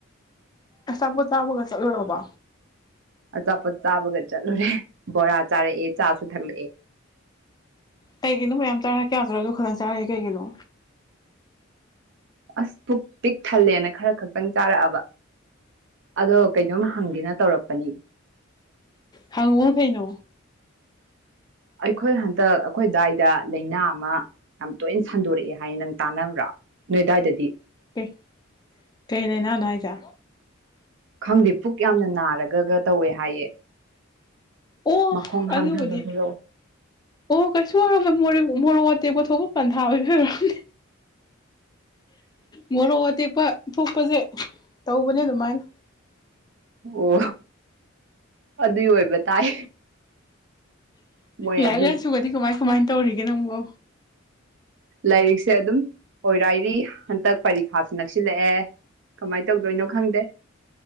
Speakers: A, on the left; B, on the right.
A: ꯑꯆꯥꯄꯣꯠ ꯆꯥꯕꯒ ꯆꯠꯂꯨꯔꯕꯣ
B: ꯑꯆꯥꯄꯣꯠ ꯆꯥꯕꯒ ꯆꯠꯂꯨꯔꯦ ꯕꯣꯔꯥ ꯆꯥꯔꯛꯑꯦ ꯆꯥꯁꯨ ꯊꯛꯂꯛꯑꯦ
A: ꯀꯩꯒꯤꯅꯣ ꯃꯌꯥꯝ ꯆꯥꯔ ꯀꯌꯥ ꯆꯨꯔꯁꯨ ꯈꯇꯪ ꯆꯥꯔꯛꯏ ꯀꯩꯒꯤꯅꯣ
B: ꯑꯁ ꯄꯨꯛ ꯄꯤꯛ ꯊꯜꯂꯦꯅ ꯈꯔ ꯈꯛꯇꯪ ꯆꯥꯔꯛꯑꯕ ꯑꯗꯣ ꯀꯩꯅꯣꯝ ꯍꯪꯒꯦꯅ ꯇꯧꯔꯛꯄꯅꯤ
A: ꯍꯪꯉꯣ ꯀꯩꯅꯣ
B: ꯑꯩꯈꯣꯏ ꯍꯟꯗꯛ ꯑꯩꯈꯣꯏ ꯑꯗꯥꯏꯗ ꯂꯩꯅꯥ ꯑꯃ ꯌꯥꯝ ꯇꯣꯏꯅ ꯁꯟꯗꯣꯔꯛꯑꯦ ꯍꯥꯏ ꯅꯪ ꯇꯥꯟꯅꯕ꯭ꯔꯣ ꯅꯣꯏ ꯗꯥꯏꯗꯗꯤ
A: ꯑꯦ ꯀꯩ ꯂꯩꯅꯥꯅꯣ ꯍꯥꯏꯖꯦ
B: ꯈꯪꯗꯦ ꯄꯨꯛ ꯌꯥꯝꯅ ꯅꯥꯔꯒꯒ ꯇꯧꯋꯦ ꯍꯥꯏꯌꯦ
A: ꯑꯣ
B: ꯃꯈꯣꯡ ꯍꯥꯝꯊꯕꯒꯤꯔꯣ
A: ꯑꯗꯨꯕꯨꯗꯤ ꯑꯣ ꯀꯩꯁꯨ ꯑꯣꯏꯔꯝꯃꯣꯏ ꯃꯣꯔꯦ ꯃꯣꯔꯣꯛ ꯑꯇꯦꯛꯄ ꯊꯣꯛꯄ ꯄꯟꯊꯥ ꯑꯣꯏꯕꯩ ꯑꯣꯏꯔꯝꯅꯤ ꯃꯣꯔꯣꯛ ꯑꯇꯦꯛꯄ ꯊꯣꯛꯄꯁꯦ ꯇꯧꯕꯅꯦ ꯑꯗꯨꯃꯥꯏꯅ
B: ꯑꯣ ꯑꯗꯨꯏ ꯑꯣꯏꯕ ꯇꯥꯏ ꯃꯣꯏ
A: ꯂꯥꯏꯔꯤꯛ
B: ꯑꯗꯨꯝ
A: ꯂꯥꯏꯁꯨꯒꯗꯤ ꯀꯃꯥꯏ ꯀꯃꯥꯏꯅ ꯇꯧꯔꯤꯒꯦ ꯅꯪꯕꯣ
B: ꯂꯥꯏꯔꯤꯛꯁꯦ ꯑꯗꯨꯝ ꯑꯣꯏꯔꯥꯏꯔꯤ ꯍꯟꯇꯛ ꯄꯔꯤꯈꯥꯁꯨ ꯅꯛꯁꯤꯜꯂꯛꯑꯦ ꯀꯃꯥꯏ ꯇꯧꯗꯣꯏꯅꯣ ꯈꯪꯗꯦ